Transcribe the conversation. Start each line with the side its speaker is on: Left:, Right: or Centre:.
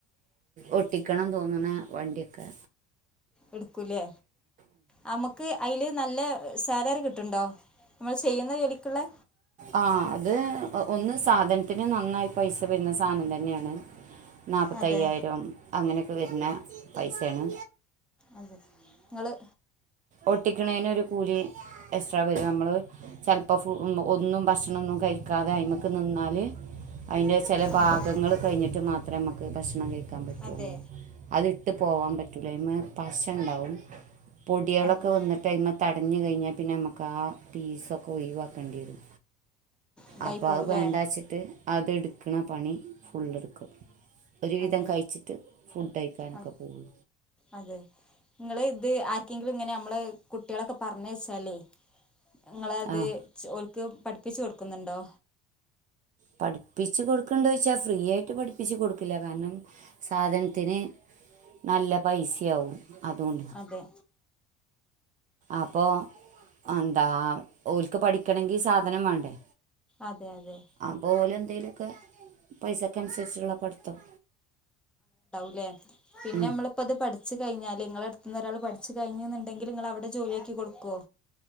Right: ഒട്ടിക്കണം തേന്ന്ണെ വണ്ടി ഒക്കെ
Centre: എടുക്കൂലേ നമുക്ക് അതില് നല്ല സാലറി കിട്ടിണ്ടോ നമ്മള് ചെയ്യുന്ന ജോലിക്കിള്ളെ
Right: ആ അത് ഒന്ന് സാധനത്തിന് നന്നായി പൈസ വരുന്ന സാധനം തന്നെയാണ് നാപ്പത്തയ്യായിരം
Centre: അതെ
Right: അങ്ങനെയൊക്കെ വരുന്ന പൈസേണ്
Centre: അതെ ഇങ്ങള്
Right: ഒട്ടിക്കുണേന് ഒരു കൂലി എക്സ്ട്രാ വരും നമ്മള് ചെലപ്പോ ഫുൾ ഒന്നും ഭക്ഷണൊന്നും കയിക്കാതെ അയ്മക്ക് നിന്നാൽ അയിൻ്റെ ചെല
Centre: അതെ
Right: ഭാഗങ്ങൾ കയിഞ്ഞിട്ട് മാത്രം ഞമ്മക്ക് ഭക്ഷണം കയിക ക്കാൻ പറ്റുള്ളു
Centre: അതെ
Right: അത്ട്ട് പോവാൻ പറ്റുല്ല അതിമ്മേ പശണ്ടാവും പൊടിയോളൊക്കെ
Centre: അതെ
Right: വന്നട്ട് അയ്മേ തടഞ്ഞു കയിഞ്ഞാ പിന്നെ നമുക്കാ പീസൊക്കെ ഒയിവാക്കേണ്ടി വരും
Centre: ഇതായി
Right: അപ്പം
Centre: പോകൂലേ
Right: അത് വേണ്ട വച്ചിട്ട് അത് എടുക്കണ പണി ഫുള്ളെടുക്കും ഒരു വിധം
Centre: അതെ
Right: കയിച്ചിട്ട് ഫുഡ് കയിക്കാനൊക്കെ
Centre: അ-
Right: പോകും
Centre: അതെ നിങ്ങള് ഇത് ആർക്കെങ്കിലും ഇങ്ങനെ കുട്ടികളൊക്കെ പറഞ്ഞയച്ചാലെ നിങളത്
Right: ആ
Centre: ഒൽ ക്ക് പഠിപ്പിച്ചു കൊടുക്കുന്നുണ്ടോ
Right: പഠിപ്പിച്ച് കൊടുക്കണ്ടൊ ചോദിച്ചാ ഫ്രീ ആയിട്ട് പഠിപ്പിച്ച് കൊടുക്കില്ല കാരണം സാധനത്തിന് നല്ല പൈസയാവും അതോണ്ട്
Centre: അതെ
Right: അപ്പൊ എന്താ ഓല്ക്ക് പഠിക്കണെങ്കി സാധനം വേണ്ടേ
Centre: അതെ അതെ
Right: അപ്പൊ ഓല് എന്തേലൊക്കെ പൈസക്ക് അനുസരിച്ചുള്ള പഠിത്തം
Centre: അല്ലെ പിന്നെ
Right: ഉം.
Centre: നമ്മളിപ്പ അത് പഠി പഠിച്ചു കഴിഞ്ഞാല് നിങ്ങള അടുത്ത കയിഞ്ഞാല് ഇങ്ങളെ അടുത്ത് ഒരാൾ പഠിച്ചു കയിഞ്ഞുന്നുണ്ടെങ്കിൽ നിങ്ങള് അവിടെ ജോലിയാക്കി കൊടുക്കൊ